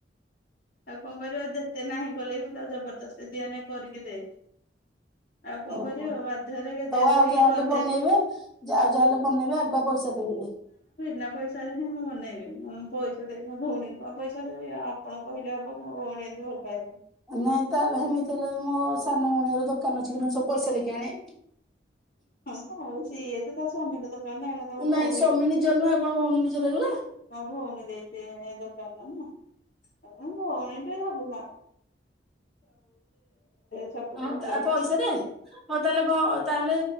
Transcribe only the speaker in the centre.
ଓହୋ
ହଉ
ଆଉ
ଯାହାହେଲେ
ବନେଇବେ ଆଉ ଯାହାହେଲେ ବନେଇବେ ଆଗୁଆ ପଇସା ଦେଇ ଦେବି।
ନାଇଁ ତାହେଲେ ହେମିତି ହେଲେ ବି ମୋ ସାନ ଭଉଣୀ ର ଦୋକ୍ କାନ ଅଛି ମୁଁ ସବୁ ପଇସା ଦେଇକି ଆଣେ।
ନାଇଁ
ସ୍ୱାମୀ ନିଜର ନୁହେଁ ଆଉ କଣ ଭଉଣୀ ନିଜର ହେଇଗଲା
ହଁ
<unintelligible> ପଇସା ରେ ହଉ ତାହେଲେ ଭ ତାହେଲେ